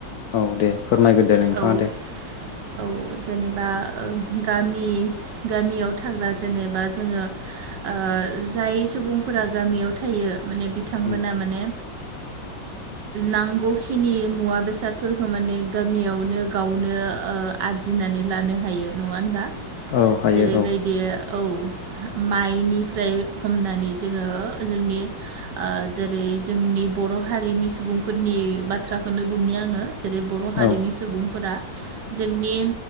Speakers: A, on the left; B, on the right.
A: औ दे फोरमायग्रो दे नोंथाङा
B: औ
A: दे।
B: औ जेनेबा ओ-गामि गामियाव थाग्रा जेनेबा जोङो ओ- जाय सुबुंफोरा गामियाव थायो माने बिथांमोना
A: उम
B: माने नांगौ खिनि मुवा बेसादफोरखौ माने गामियावनो गावनो ओ-आरजिनानै लानो हायो नङा होनबा?
A: औ हायो
B: जेरैबायदि
A: औ।
B: औ माइनिफ्राय हमनानै जोङो जोंनि ओ-जेरै- बे जोंनि बर' हारिनि सुबुंफोरनि बाथ्राखौनो बुंनि आङो जेरै- बर' हारिनि
A: औ
B: सुबुंफोरा जोंनि